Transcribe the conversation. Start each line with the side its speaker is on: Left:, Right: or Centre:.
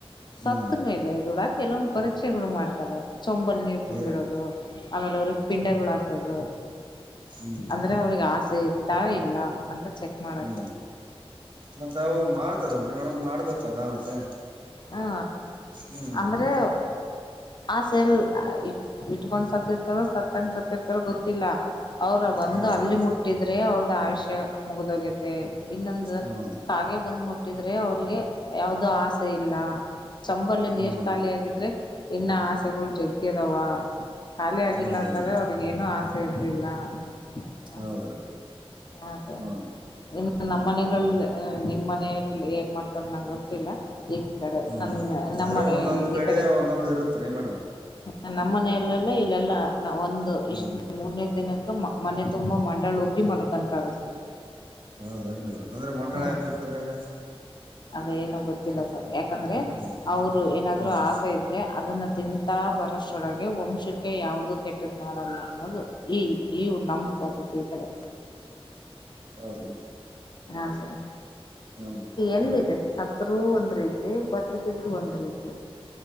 Left: ಸತ್
Right: ಹ್ಮ್
Left: ಮೇಲೆ ಕೂಡ ಕೆಲವೊಂದು ಪರೀಕ್ಷೆಗಳು ಮಾಡ್ತಾರೆ ಚಂಬ ನೀರು ತುಂಬಿಡೋದು
Right: ಹ್ಮ್
Left: ಆಮೇಲೆ ಅವ್ರ ಪಿಂಡಗಳು ಹಾಕದು
Right: ಹ್ಮ್
Left: ಅದು ಅವ್ರಿಗೆ ಆಸೆ ಇರ್ತಾ ಇಲ್ಲ ಅಂತ ಚೆಕ್ ಮಾಡಕ್ಕೆ
Right: ಹ್ಮ್ ಮತ್ತವು ಮಾಡ್ತಾರಲ್ರರಿ ಮೇಡಂ ಮಾಡ್ಬೇಕಲ್ಲ ಮತ್ತೆ
Left: ಹಾ
Right: ಹ್ಮ್
Left: ಅಂದ್ರೆ ಆಸೆ ಎಲ್ ಇಟ್ಕೊಂಡ್ ಸತ್ತರ್ತಾರ ಸತ್ತಂಗ ಸತ್ತರ್ತಾರ ಗೊತ್ತಿಲ್ಲ. ಅವ್ರ ಬಂದು
Right: ಹೌದ್ರಿ
Left: ಅಲ್ಲಿ ಮುಟ್ಟಿದ್ರೆ ಅವ್ರ್ದ ಆಯುಷ್ಯ ಮುಗ್ದೋಗ್ಯತೆ ಇನ್ನೊಂದು
Right: ಹ್ಮ್
Left: ಕಾಗೆ ಬಂದ್ ಮುಟ್ಟಿದ್ರೆ ಅವ್ರಿಗೆ ಯಾವ್ದೋ ಆಸೆ ಇಲ್ಲ ಚಂಬಲ್ಲಿ ನೀರ್
Right: ಹ್ಮ್
Left: ಖಾಲಿ ಆಗಿದ್ರೆ ಇನ್ನ ಆಸೆಗಳು ಜಗ್ಗ್ಯದವ ಖಾಲಿ ಆಗಿಲ್ಲ
Right: ಹೌದೇನ್
Left: ಅಂತಂದ್ರೆ ಅವ್ರಿಗ ಏನು ಆಸೆ ಇರ್ಲಿಲ್ಲ ಹ್ಮ
Right: ಹೌದ್ರಿ
Left: ಹಾ ಸ
Right: ಹ್ಮ್
Left: ಇನ್ನು ನಮ್ಮ್ ಮನೆ ನಿಮ್ಮ್ ಮನ ಹೇಗ್ ಮಾಡ್ತಾರ ನಂಗೆ ಗೊತ್ತಿಲ್ಲ ಈ ಕಡೆ
Right: ಹ್ಮ್
Left: ನನ್ ನಮ್ಮ
Right: ಆದ್ರೆ
Left: ಮನೆ
Right: ಒಂದೊಂದ್
Left: ಈ ಕಡೆ
Right: ಒಂದೊಂದ್ ಇರುತ್ರಿ ಮೇಡಮ್
Left: ನ ನಮ್ಮ ಮನೆಯಲ್ಲೆಲ್ಲ ಇಲ್ಲೆಲ್ಲಾ ನಾ ಒಂದು
Right: ಹ್ಮ್
Left: ಇಷ್ಟ ಮೂರನೇ ದಿನಕ್ಕೆ ಮನೆ ತುಂಬಾ ಮಂಡಳು ಹೋಗಿ ಮಲ್ಕಂತಾರ ಸರ್
Right: ಹೌದ ಅಂದ್ರೆ ಮಂಡಳಿ
Left: ಹ್ಮ್
Right: ಯಾಕ ಹೋಗತರಿ ಹಂಗ
Left: ಅದು ಏನೋ ಗೊತ್ತಿಲ್ಲ ಸರ್ ಯಾಕಂದ್ರೆ
Right: ಹ್ಮ್
Left: ಅವರು ಏನಾದ್ರು
Right: ಹ್ಮ್
Left: ಆಸೆ ಇದ್ರೆ ಅದನ್ನ ತಿನ್ ತಾ ಬರೋಷ್ಟೊಳಗೆ ವಂಶಕ್ಕೆ ಯಾವುದುೂ ಕೆಟ್ಟದ ಮಾಡಲ್ಲ ಅನ್ನೋದು ಈ ಈವು ನಮ್ಮ ಪದ್ಧತಿ ಈ ಕಡೆ
Right: ಹೌದ
Left: ಹ ಸರಿ
Right: ಹ್ಮ್
Left: ಎಲ್ಲಿದೆ ಸತ್ರರು ಒಂದ್ ರೀತಿ ಬದುಕಿದ್ರು ಒಂದ್ ರೀತಿ